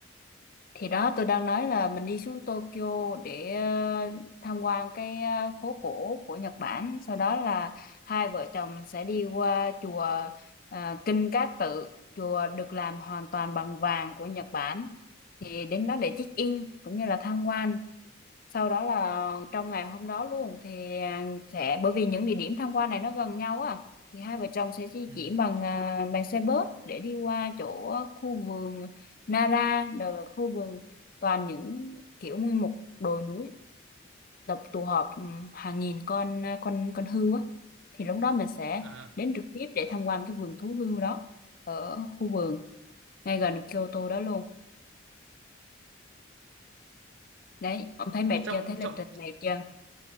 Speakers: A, on the left; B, on the right.
A: Thì đó tôi đang nói là mình đi xuống Tokyo để ờ, tham quan cái ờ, phố cổ của Nhật Bản. Sau đó là hai vợ chồng sẽ đi qua chùa ờ, Kinh Cát Tự, chùa được làm hoàn toàn bằng vàng của Nhật Bản. Thì đến đó để check in cũng như là tham quan sau đó là trong ngày hôm đó luôn thì à, sẽ bởi vì những địa điểm tham quan này nó gần nhau á thì hai vợ chồng sẽ di
B: Ừ.
A: chuyển bằng à, bằng xe bus để đi qua chỗ khu vườn Nara là khu vườn toàn những kiểu nguyên một đồi núi tập tụ họp ừm, hàng nghìn con à, con con hươu á thì lúc đó mình sẽ
B: À,
A: đến trực tiếp để tham quan cái vườn thú hươu đó ở khu vườn ngay gần Kyoto đó luôn đấy ông thấy mệt
B: thế trong
A: chưa thấy lịch
B: trong
A: trình mệt chưa